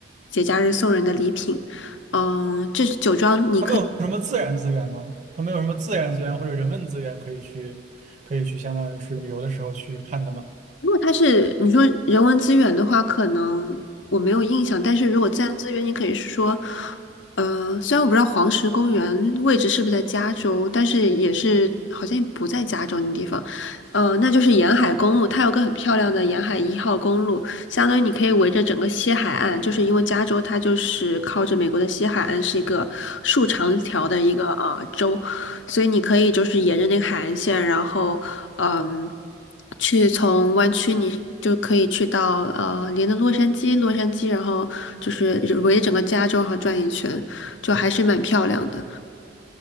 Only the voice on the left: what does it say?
节假日送人的礼品。嗯，这酒庄你可以。
如果它是你说人文资源的话，可能我没有印象。但是如果自然资源，你可以说，呃，虽然我不知道黄石公园位置是不是在加州，但是也是好像也不在加州那地方，呃，那就是沿海公路，它有个很漂亮的沿海一号公路，相当于你可以围着整个西海岸，就是因为加州它就是靠着美国的西海岸是一个竖长条的一个啊、呃州，所以你可以就是沿着那个海岸线，然后。嗯，去从湾区你就可以去到呃连着洛杉矶，洛杉矶，然后就是围着整个加州然后转一圈，就还是蛮漂亮的。